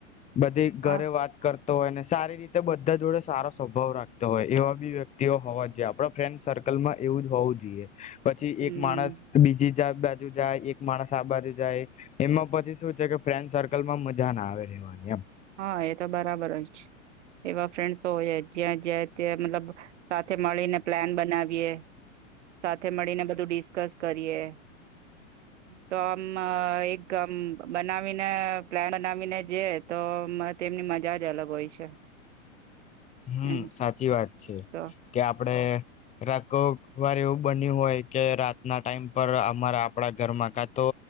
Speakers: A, on the left (about 15°); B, on the right (about 60°).
A: બધ ઘરે
B: હા
A: વાત કર તો હોય ને સારી રીતે બધા જોડે સારો સ્વભાવ રાખતો હોય એવા બી વ્યક્તિઓ હોવા જોઈએ આપડા ફ્રેન્ડ સર્કલમાં એવું જ હોવું જોઈએ પછી
B: હમ
A: એક માણસ બીજી <unintelligible> બાજુ જાય એક માણસ આ બાજુ જાય એમાં પછી શું છે કે ફ્રેન્ડ સર્કલમાં મજા ના આવે રેવાની એમ.
B: હા એ તો બરાબર હોય છે એવા ફ્રેન્ડસ હોય જ્યાં જ્યા ત્યા મતલબ સાથે મળીને પ્લાન બનાવીએ સાથે મળીને બધું ડિસ્કસ કરીએ તો મ એક આમ બનાવીને પ્લાન બનાવીને જે તો તેમની મજા જ અલગ હોય છે.
A: હમ
B: એમ
A: સાચી વાત છે
B: તો
A: કે આપડે રાખ વાર એવું બન્યું હોય કે રાતના ટાઈમ પર અમારા આપડા ઘરમાં કા તો